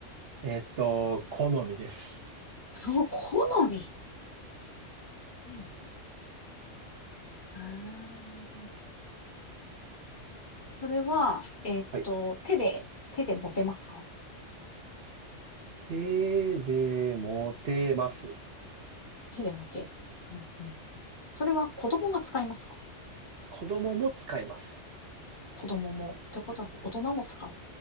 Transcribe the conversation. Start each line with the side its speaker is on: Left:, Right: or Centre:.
Right: えっと、好みです。
Left: お、好み。うん。あーそれは、えっと、
Right: はい。
Left: 手で、手で持てますか
Right: 手で持てます。
Left: 手で持てる。うんうんそれは子供が使いますか
Right: 子供も使います。
Left: 子供も。ってことは大人も使う。